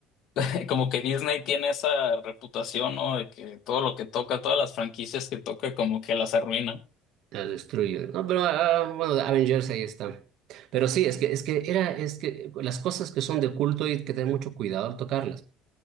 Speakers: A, on the left; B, on the right.
A: <laughs> como que Disney tiene esa reputación, ¿no? De que todo lo que toca, todas las franquicias que toca, como que las arruina.
B: La destruyen. No, pero ah, bueno, Avengers ahí está. Pero sí, es que, es que era, es que las cosas que son de culto hay que tener mucho cuidado al tocarlas.